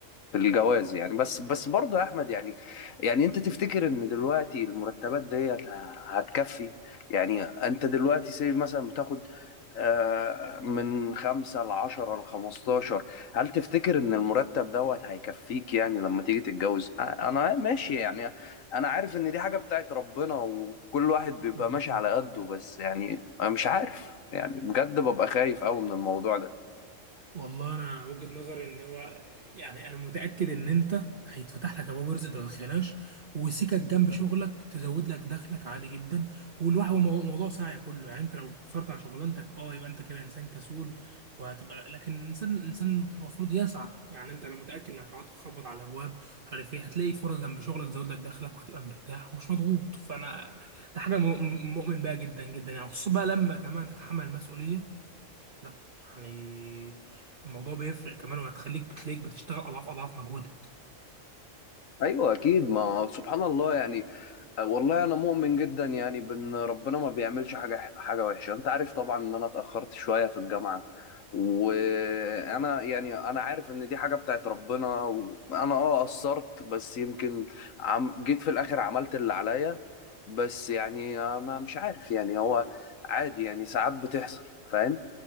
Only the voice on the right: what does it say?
بالظبط
والله انا وجهة نظري ان هو يعني انا متاكد ان انت هيتفتح لك ابواب رزق انت ما تتخيلهاش وسكك جنب شغلك تزود لك دخلك عادي جدا والواحد مو- موضوع سعي كله يعني انت لو قصرت عن شغلانتك اه يبقى انت كده انسان كسول وهتبقى لكن الانسان انسان المفروض يسعى يعني انت لو متاكد انك لو قعدت تخبط على الابواب مش عارف ايه هتلاقي فرص جنب شغلك تزود لك دخلك وهتبقى مرتاح ومش مضغوط فانا ده حاجه م- م- مؤمن بيها جدا جدا يعني خصوصا بقى لما كمان تتحمل المسؤوليه لا يعني الموضوع بيفرق كمان وهتخليك بتلاقيك بتشتغل اضعاف اضعاف مجهودك